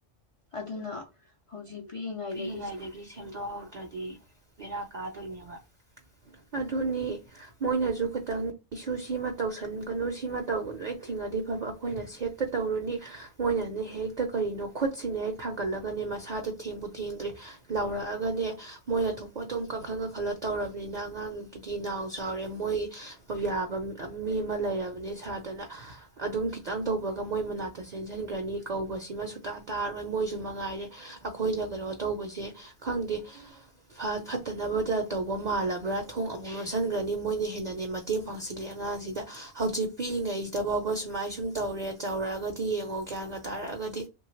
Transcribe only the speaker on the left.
ꯑꯗꯨꯅ ꯍꯧꯖꯤꯛ ꯄꯤꯛꯏꯉꯩꯗꯒꯤ